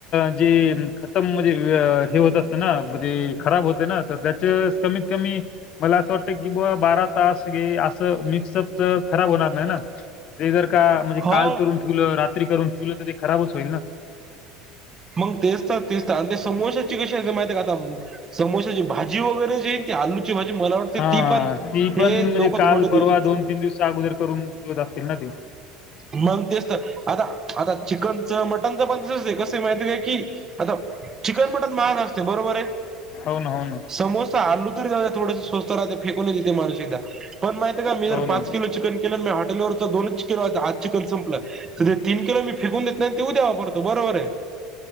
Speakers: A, on the left; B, on the right.
A: जी जी खतम म्हणजे हे होत असतना म्हणजे खराब होते ना तर त्यात च कमीत कमी मला असं वाटत की, बारा तास हे असं मिक्सअप च खराब होणार नाही ते जर का म्हणजे
B: हो
A: काल करून ठेवल रात्री करून ठेवल तर ते खराबच होईल ना.
B: मंग तेचतर तेचतर आणि ते समोश्याची कशी माहितीया का आता समोश्याची भाजी वगैरे जी ती आलूची भाजी मला वाटते
A: हा
B: ती पण
A: ती पण
B: हे
A: म्हणजे
B: लोक
A: काल,
B: थोडे दिवस
A: परवा, दोन-तीन दिवस अगोदर करून ठेवत असतील ना ते.
B: मग तेच तर आता... आता चिकनच मटनच पण तसच आहे कस माहितीया की, आता चिकन, मटण महाग असतय बरोबर आहे‌.
A: हो ना हो ना
B: समोसा आलू तरी जाऊद्या थोडंस स्वस्त राहते फेकून देतं माणूस एकदा पण माहितीया का मी जर
A: हो
B: पाच
A: ना हम्म
B: किलो चिकन केलं मी हॉटेलवरच दोनच किलो चिकन संपलं <unintelligible> तीन किलो मी फेकून देत नाही आणि ते उद्या वापरतो बरोबर आहे.